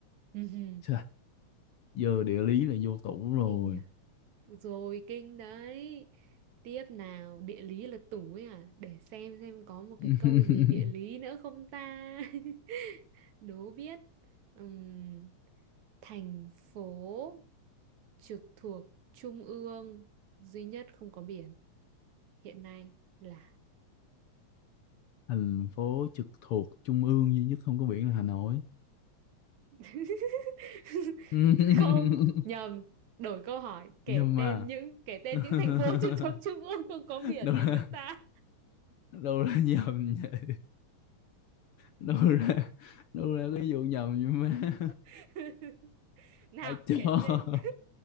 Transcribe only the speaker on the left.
Chà, giờ địa lý là vô tủ rồi
<laughs>
thành phố trực thuộc trung ương duy nhất không có biển là Hà Nội
<laughs>
nhưng mà
<laughs>
đâu
ra
đâu ra nhầm vậy đâu ra đâu ra cái vụ nhầm vậy má
ai cho